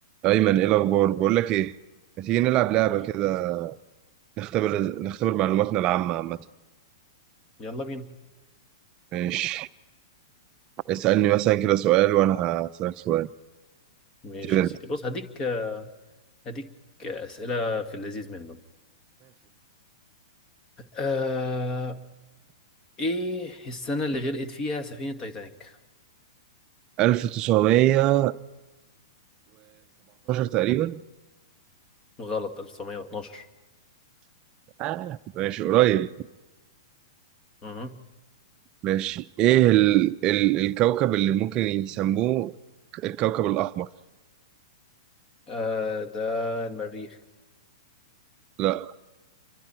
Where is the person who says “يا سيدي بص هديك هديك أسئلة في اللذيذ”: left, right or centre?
Left